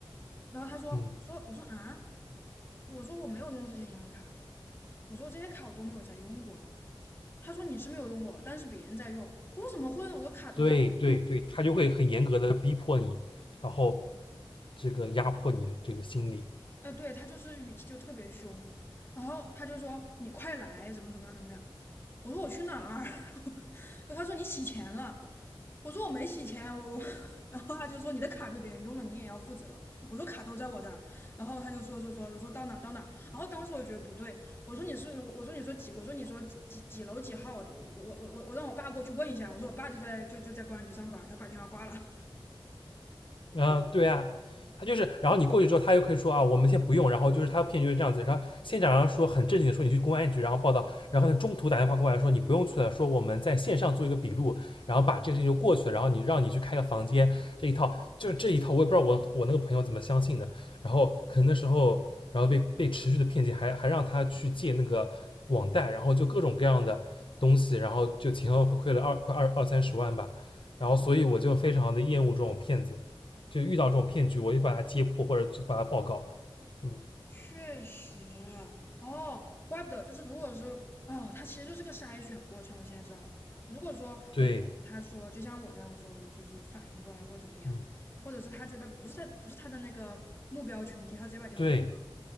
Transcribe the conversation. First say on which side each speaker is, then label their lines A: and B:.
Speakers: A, on the left (about 25°); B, on the left (about 70°).
A: 然后他说，
B: 嗯，
A: 我说我说啊，我说我没有用这些银行卡，我说这些卡我都没有再用过了。他说你是没有用过，但是别人在用。我说怎么会呢？我的卡都在。
B: 对对对，他就会很严格的逼迫你，然后这个压迫你的这个心理，
A: 呃，对，他就是语气就特别凶，然后他就说你快来，怎么怎么样，怎么样。我说我去哪儿？<laughs> 他说你洗钱了。我说我没洗钱，我我，然后他就说你的卡被别人用了，你也要负责。我说卡都在我这儿，然后他就说说说说到哪儿到哪儿。然后当时我觉得不对，我说你是我我说你说几我说你说几几楼几号，我我我我我让我爸过去问一下。我说我爸就在就就在公安局上班，他把电话挂了。
B: 啊，对啊，他就是，然后你过去之后，他又可以说啊，我们先不用，然后就是他骗局就是这样子，然后先假装说很正经的说你去公安局，然后报道，然后呢中途打电话过来说你不用去了，说我们在线上做一个笔录，然后把这个事情就过去了，然后你让你去开个房间，这一套就是这一套，我也不知道我我那个朋友怎么相信的，然后可能那时候，然后被被持续的骗进，还还让他去借那个网贷，然后就各种各样的东西，然后就前后亏了二快二二三十万吧，然后所以我就非常的厌恶这种骗子。就遇到这种骗局，我就把它揭破或者把它报告。嗯，
A: 确实哦，怪不得，就是如果说哦，他其实就是个筛选过程。我现在知道了，如果说一个人他说，
B: 对，
A: 就像我这样说，就是反应过来或者怎么样，
B: 嗯，
A: 或者是他觉得不是他不是他的那个目标群体，他直接把电话挂了
B: 对，